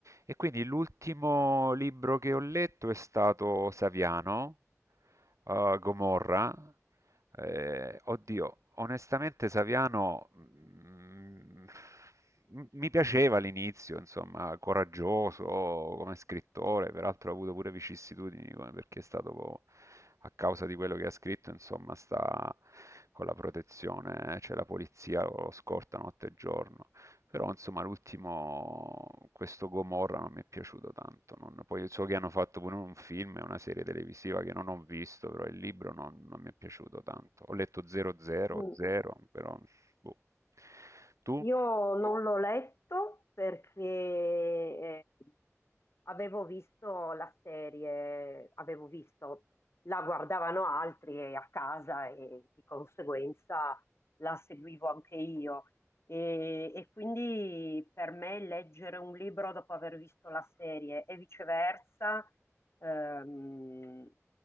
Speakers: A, on the right; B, on the left.
A: E quindi l'ultimo libro che ho letto è stato Saviano, eh, Gomorra. Eh, oddio, onestamente Saviano mm, mm, mi piaceva all'inizio, insomma, coraggioso come scrittore, peraltro ha avuto pure vicissitudini come- perché è stato co- a causa di quello che ha scritto, insomma, sta con la protezione, eh, cioè la polizia lo scorta notte e giorno. Però insomma l'ultimo, questo Gomorra non mi è piaciuto tanto. non- Poi so che hanno fatto pure un film e una serie televisiva che non ho visto, però il libro non, non mi è piaciuto tanto. Ho letto 000,
B: Mm,
A: però boh. Tu?
B: Io non l'ho letto perché eh, avevo visto la serie, avevo visto, la guardavano altri e a casa e di conseguenza la seguivo anche io. E, e quindi per me leggere un libro dopo aver visto la serie e viceversa, ehm,